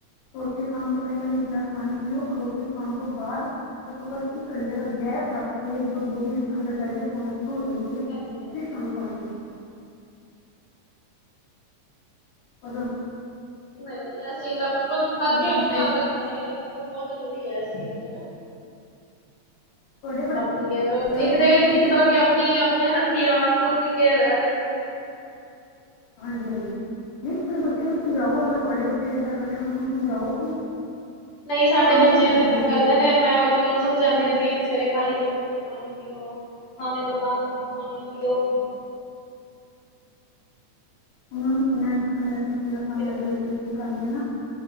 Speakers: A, on the left; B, on the left.
A: ਰੋਟੀ ਖਾਣ ਤੋਂ ਪੈਲਾਂ ਵੀ ਗਲਾਸ ਪਾਨੀ ਪੀਓ ਰੋਟੀ ਖਾਣ ਤੋਂ ਬਾਦ ਘੱਟੋ ਘੱਟ ਇੱਕ ਘੰਟੇ ਦਾ ਗੇਟ ਰਖ ਫੇਰ ਜਦੋਂ ਬੋ ਵਿੱਚ ਅੰਦਰ ਡਾਇਜਸਟ ਹੋਣਾ ਸ਼ੁਰੂ ਹੋ ਜਾਂਦੀ ਏ
B: ਹਾਂਜੀ, ਹਾਂਜੀ।
A: ਫੇਰ ਸਾਨੂੰ ਪਾਨੀ ਪੀ ਕਦੋਂ
B: ਨਈ-ਨਈ ਏਸ ਚੀਜ਼ ਦਾ ਬਿਲਕੁਲ ਹਰ ਕਿਸੇ
A: ਬੰਦੇ
B: ਨੂੰ ਧਿਆਨ ਰੱਖ ਨਾ ਚਾਈਦਾ ਦੇਖੋ ਬਹੲਤ ਜ਼ਰੂਰੀ ਐ ਇਸ ਚੀਜ਼ ਨੂੰ ਨਾ।
A: ਤੁਹਾਡੇ ਬੱਚੇ
B: ਅਪਣੀ ਕੇਅਰ
A: ਦਾ
B: ਇੱਕ
A: ਕੁਝ
B: ਤਾਂ
A: ਨਹੀਂ
B: ਇੱਕ ਤਰ੍ਹਾਂ ਦੀ ਅਪਣੀ ਅਪਣੇ ਹੱਥੀ ਆ ਖੁਦ ਦੀ ਕੇਅਰ ਐ ਦੇਖੋ।
A: ਹਾਂਜੀ-ਹਾਂਜੀ ਨੀ ਅਪਣੇ ਬੱਚਿਆਂ
B: ਬਿਲਕੁਲ
A: ਨੂੰ ਸਮਝਾਓ
B: ਜੀ ਬਿਲਕੁਲ
A: ਅਗਰ ਤੁਹਾਡੇ ਬੱ ਚੇ ਜਿਦਾਂ ਕਰਦੇ ਨੇ ਉਨਾ ਸਮਝਾਓ ਕਿ
B: ਨਈ ਸਾਡੇ
A: ਪਾਣੀ
B: ਬੱਚੇ
A: ਦੀ ਐਵੇਂ ਜ਼ਰੂਰਤ
B: ਕਰਦੇ
A: ਹੈ
B: ਨੇ ਮੈਂ ਬਲ ਉਹਨਾਂ ਨੂੰ ਸਮਝਾਉਂਦੀ ਰੇਨੀ ਆ ਕਿ ਸਵੇਰੇ ਖਾਲੀ ਪੇਟ ਉੱਠ ਕੇ ਪਾਨੀ ਪੀਓ ਖਾਣੇ ਦੇ ਨਾਲ ਪਾਨੀ ਨਾ ਪੀਓ।
A: <inaudible> ਕਿਨਾ ਕਾਮ
B: ਬਿਲਕੁਲ,
A: ਹੇਗਾ ਮੈੰ
B: ਬਿਲਕੁਲ
A: ਟਯੁਸ਼ਧ ਪੜਾਨੀ ਆ ਨਾ।